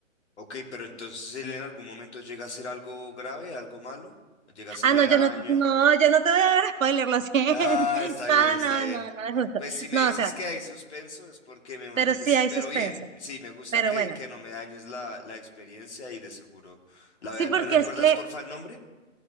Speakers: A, on the left (about 60°); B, on the right (about 85°).
A: ok, pero entonces él en algún momento llega a ser algo grave, algo malo, llega a hacerle
B: Ah, no,
A: daño.
B: yo no, no, yo no te voy a dar spoiler, lo siento.
A: Ah, está
B: <laughs>
A: bien,
B: No,
A: está
B: no,
A: bien.
B: no, no es justo.
A: Pues si me
B: No,
A: dices
B: o sea,
A: que hay suspenso es porque me imagino
B: pero
A: que
B: sí
A: sí.
B: hay
A: Pero
B: suspenso.
A: bien, sí, me gusta
B: Pero
A: que,
B: bueno,
A: que no me dañes la, la experiencia y de seguro. La
B: sí,
A: verdad,
B: porque
A: ¿me recuerdas
B: es que
A: porfa el nombre?